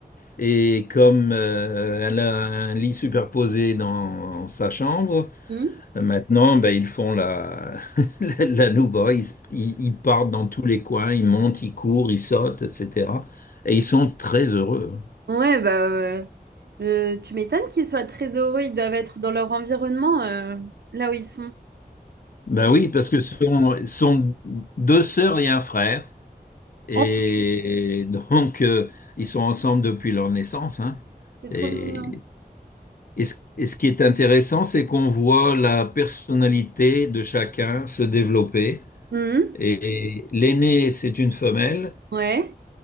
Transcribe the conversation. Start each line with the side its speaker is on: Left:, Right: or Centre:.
Left: Et comme euh, elle a un lit superposé dans sa chambre,
Right: Mhm.
Left: euh, maintenant ben, ils font la, <laughs> la, la nouba, ils, ils- ils partent dans tous les coins, ils montent, ils courent, ils sautent, etc. Et ils sont très heureux.
Right: Ouais, bah, euh, je- tu m'étonnes qu'ils soient très heureux. Ils doivent être dans leur environnement, euh, là où ils sont.
Left: Ben oui, parce que ce sont, ce sont deux sœurs et un frère. Et
Right: En pro-
Left: donc, euh, ils sont ensemble depuis leur naissance, hein.
Right: c'est trop
Left: Et,
Right: mignon.
Left: et ce, et ce qui est intéressant, c'est qu'on voit la personnalité de chacun se développer.
Right: Mhm.
Left: Et l'aînée, c'est une femelle,
Right: Ouais,